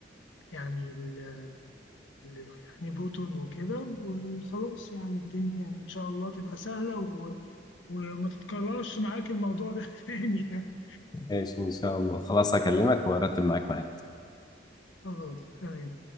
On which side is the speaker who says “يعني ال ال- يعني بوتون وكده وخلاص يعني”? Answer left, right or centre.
Left